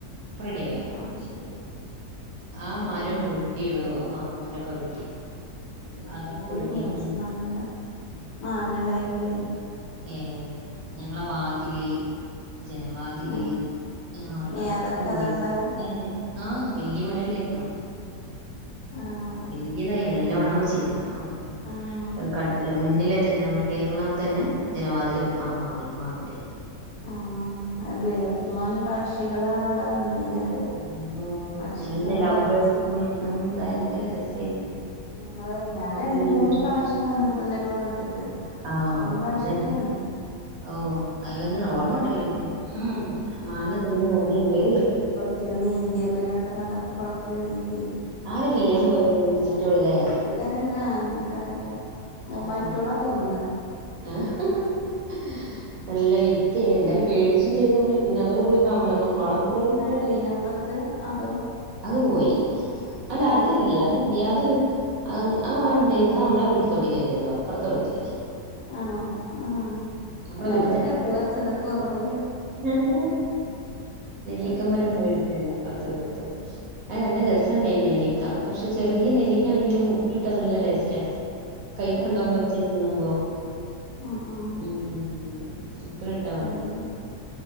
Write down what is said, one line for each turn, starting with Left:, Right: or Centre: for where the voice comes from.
Right: റെഡിയായോ
Left: ആഹ് ഇപ്പൊ ശരിയായി
Right: ആ മരം
Left: ആഹ് ആഹ്
Right: വെട്ടിയെടോ മാങ്ങ മരമൊക്കെ വെട്ടി
Left: എന്തോരു
Right: അതൊക്കെ വെട്ടിട്ടാണ്
Left: മൂച്ചി മാങ്ങണ്ട മാങ്ങണ്ടായിനുല്ലേ
Right: ഏ ഞങ്ങളെ വാതില് ജനവാതില്
Left: ആഹ്
Right: ആ കട്ടില്
Left: ഏഹ് അതൊക്കെ അതോണ്ടാ
Right: ഏ ആ വല്ല്യ മ രല്ലേര്ന്നോ
Left: ആഹ്
Right: വല്ല്യതായിലെ നല്ല വണ്ണം വെച്ചീലെനോ ആ
Left: ആഹ്
Right: ഒരു കട്ടില് മുന്നിലെ തന്നെ നമ്മള് കയറുന്നിടത്തു തന്നെ ജനവാതിലും ആഹ് മാവി മാവിൻ്റെ.
Left: ആഹ് അല്ലേ എത്ര മാനം പക്ഷികളാണ് അവിടെ വന്നിന്നത്.
Right: ആഹ്
Left: പക്ഷികളെ
Right: നല്ല ലൗ
Left: ഒച്ചിം
Right: ബേർഡ്സും ഉം ഭയങ്കര രസമാ
Left: ഞങ്ങള് ഞാൻ രണ്ട് മൂന്ന്
Right: യൂട്യൂബ്
Left: പ്രാവശ്യം വന്ന്ക്ണല്ലെ നിങ്ങള വീട്ടക്ക്.
Right: ആഹ്
Left: മൂന്ന് പ്രാവശ്യയിട്ട്
Right: അതന്നെ
Left: വന്ന്ക്ക്ണ്.
Right: ഓ അതിന്ന ഓർമ്മുണ്ടല്ലോ എനിക്ക് ഉ മാങ്ങാ തിന്ന് ഓർമയുണ്ട്.
Left: ത്ത് ത് നീന്തി അത് ഒരു വട്ടം വന്നപ്പം കൊളത്തില് നീന്തി.
Right: ആരാ വീയാം പോയത് മറ്റോള് ലെ
Left: ത് രാൺന്നാ ആഹ് ഇൻക്കറിയാ ഓ
Right: ആഹ്
Left: മറ്റോളാ തോന്നണ്.
Right: ആഹ് ഹ ഹ നല്ല വിറ്റ് ന്തയാലും
Left: ഉം
Right: പേടിച്ചും ചെയ്ത് നമ്മള് പിന്നെ അതോട് കൂടി പം നമ്മള് കൊളത്തിലേക്ക്.
Left: ഇല്ല യ്നൊ പ്പർത്ത് അതോ.
Right: അത് പോയി അല്ല
Left: ആ
Right: അത് ഇല്ലയാ ല്ലിയാതെ അം ആഹ് അവ്ണ്ടെയിര്ന്നു ഔ നമ്മളെ വീട്ട് തൊടീലല്ലല്ലോ അപ്പർത്തൊടീലല്ലേ
Left: ആണോ ആഹാ
Right: നമ്മളെ
Left: അല്ല
Right: വീട്ടിത്തല്ല
Left: നമ്മള് കട്ട് പറിച്ചതൊക്കെ ഓർമ്മല്ലേ
Right: ഏഹ് നെല്ലിക്കമരം
Left: പടച്ചോനെ
Right: പോയി ഇട്ത്തില്ലേ അപ്പ ത്തെ വീട്ട്ത്തെ.
Left: ഉം
Right: അയ് നല്ല രസം ണ്ടെയിനും നെല്ലിക്ക പക്ഷെ ചെറിയ നെല്ലിക്കാണെങ്കിലും. ഉപ്പ്ലിട്ടാ നല്ല ടേസ്റ്റാ. കൈപ്പ്
Left: അതെ
Right: ണ്ടാവും പച്ചെ തിന്നുമ്പോ
Left: ആ ആ
Right: ഉം ഉപ്പിലിട്ട
Left: അങ്ങനെ